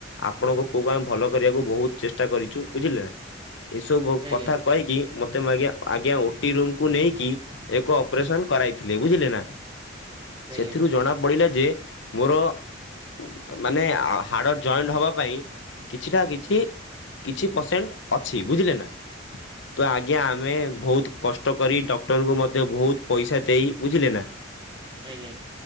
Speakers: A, on the left; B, on the right.
A: ଆପଣଙ୍କ ପୁଅକୁ ଆମେ ଭଲ କରିବାକୁ ବୋହୁତ ଚେଷ୍ଟା କରିଚୁ। ବୁଝିଲେ ନାଁ? ଏସବୁ
B: ଆଜ୍ଞା
A: କଥା କହିକି ମତେ ମ ଆଜ୍ଞା, ଆଜ୍ଞା ଓଟି ରୁମ୍ କୁୁ ନେଇକି ଏକ ଅପରେସନ୍ କରାଇଥିଲେ। ବୁଝିଲେ ନାଁ?
B: ଆଜ୍ଞା
A: ସେଥିରୁ ଜଣା ପଡ଼ିଲା ଯେ ମୋର ଉ ମାନେ ଆ ହାଡ଼ ଜଏଣ୍ଟ ହବା ପାଇଁ କିଛିଟା କିଛି କିଛି ପରସେଣ୍ଟ୍ ଅଛି ବୁଝିଲେ ନାଁ? ତ ଆଜ୍ଞା ଆମେ ଭୋଉତ କଷ୍ଟ କରି ଡ କ୍ଟର ମଧ୍ୟ ଭୋଉତ ପଇସା ଦେଇ ବୁଝିଲେ ନା?
B: ଆଜ୍ଞା।